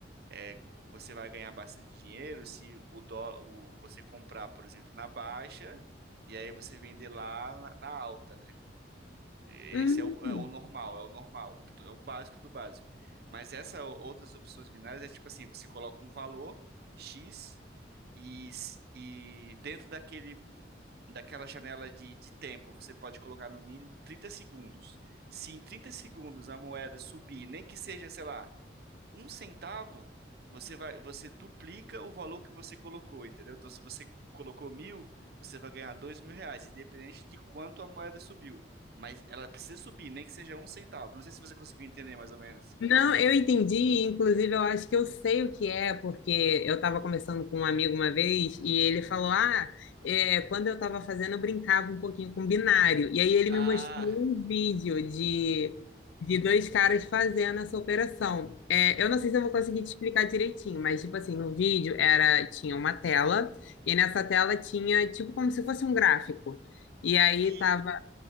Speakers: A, on the right; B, on the left.
A: É, você vai ganhar bastante dinheiro se o dólar, o, você comprar, por exemplo, na baixa e aí você vender lá na, na alta, né? Esse
B: Hum.
A: é o, é o normal, é o normal, que tu- é o básico do básico. Mas essas outras opções binárias é tipo assim, você coloca um valor X e, s- e dentro daquele, daquela janela de, de tempo você pode colocar no mínimo 30 segundos. Se em 30 segundos a moeda subir, nem que seja, sei lá, um centavo, você vai, você duplica o valor que você colocou, entendeu? Então, se você colocou mil, você vai ganhar dois mil reais, independente de quanto a moeda subiu. Mas ela precisa subir, nem que seja um centavo. Não sei se você conseguiu entender mais ou menos.
B: Não, eu entendi, inclusive eu acho que eu sei o que é, porque eu estava conversando com um amigo uma vez e ele falou: Ah, é, quando eu estava fazendo, eu brincava um pouquinho com binário. E aí ele
A: Ah,
B: me mostrou um vídeo de, de dois caras fazendo essa operação. É, eu não sei se eu vou conseguir te explicar direitinho, mas tipo assim, no vídeo era, tinha uma tela, e nessa tela tinha tipo como se fosse um gráfico. E aí
A: e.
B: estava